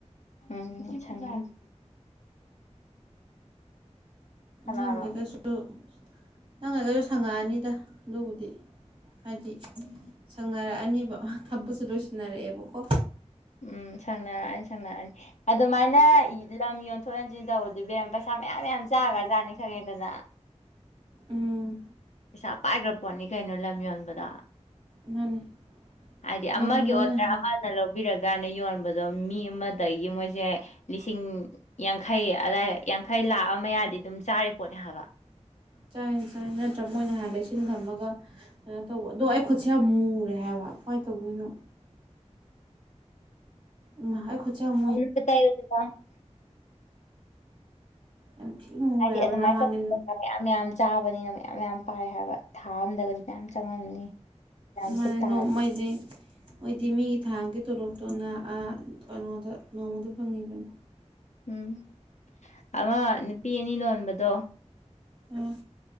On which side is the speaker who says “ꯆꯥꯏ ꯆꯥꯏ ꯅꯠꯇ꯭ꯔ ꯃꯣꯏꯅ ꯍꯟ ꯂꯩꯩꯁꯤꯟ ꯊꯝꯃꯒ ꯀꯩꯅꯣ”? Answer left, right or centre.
Right